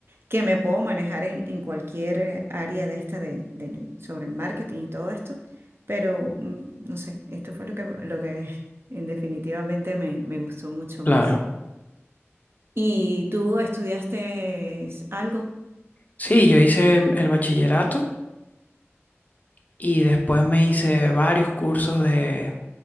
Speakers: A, on the right (about 55°); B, on the left (about 35°).
A: que me puedo manejar en, en cualquier eh, área de esta de, del- sobre el marketing y todo esto, pero mm, no sé, esto fue lo que, lo que <laughs> en definitivamente me, me gustó mucho
B: claro.
A: más. ¿Y tú estudiaste algo?
B: Sí, yo hice el bachillerato y después me hice varios cursos de...